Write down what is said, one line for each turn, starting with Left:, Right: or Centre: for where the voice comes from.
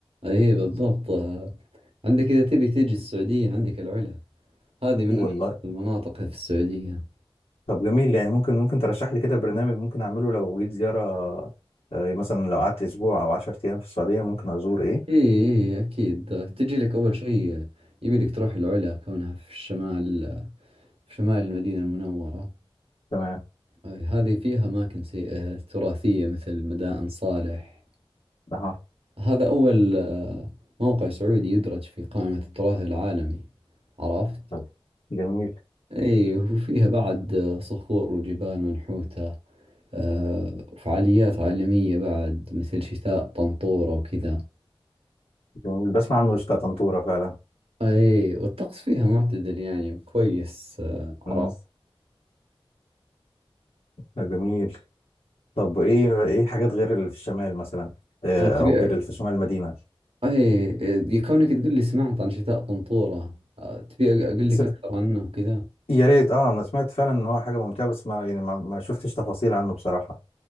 Right: اي بالضبط آه. عندك اذا تبي تجي السعودية عندك العلا هذه من
Left: والله
Right: اجمل المناطق في السعودية
Left: طب جميل يعني ممكن ممكن ترشح لي كده برنامج ممكن اعمله لو جيت زيارة آه، يعني مثلا لو قعدت اسبوع او 10 ايام في السعودية ممكن ازور ايه
Right: إيه إيه إيه، أكيد تجي لك أول شيء يبي لك تروح العلا كونها في الشمال في شمال المدينة المنورة
Left: تمام
Right: آه، هذه فيها أماكن سي- آه، تراثية مثل مدائن صالح
Left: اها
Right: هذا أول آه، موقع سعودي يدرج في قائمة التراث العالمي عرفت؟
Left: طب جميل
Right: إيه وفيها بعد آه، صخور وجبال منحوتة آه، وفعاليات عالمية بعد مثل شتاء طنطورة وكذا
Left: جميل بسمع عنه بتاع طنطورة فعلا
Right: اي والطقس فيها معتدل يعني وكويس آه، عرفت
Left: امم طب جميل طب ايه ايه حاجات غير اللي في الشمال مثلا آه،
Right: آه، تبي
Left: او غير اللي في شمال المدينة
Right: اي آه، كونك تقول لي سمعت عن شتاء طنطورة آه، تبي اقول
Left: س-
Right: لك اكثر عنه وكذا
Left: يا ريت اه انا سمعت فعلا ان هو حاجة ممتعة بس ما يعني ما, ما شفتش تفاصيل عنه بصراحة